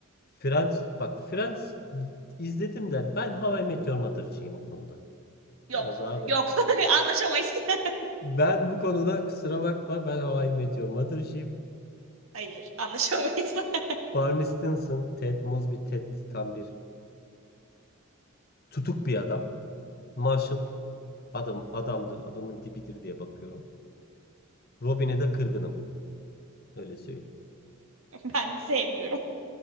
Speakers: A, on the left (about 45°); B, on the right (about 75°).
A: Friends, bak Friends izledim de ben How I Met Your Mother'cıyım o konuda.
B: Yok.
A: Biraz daha böyle.
B: Yok. <laughs> Anlaşamayız. <laughs>
A: Ben bu konuda kusura bakma ben How I Met Your Mother'cıyım.
B: Hayır, anlaşamayız. <laughs>
A: Barney Stinson, Ted Mosby, Ted tam bir tutuk bir adam. Marshall adam adamdır. Adamın dibidir diye bakıyorum. Robin'e de kırgınım. Öyle söyleyeyim.
B: Ben sevmiyorum.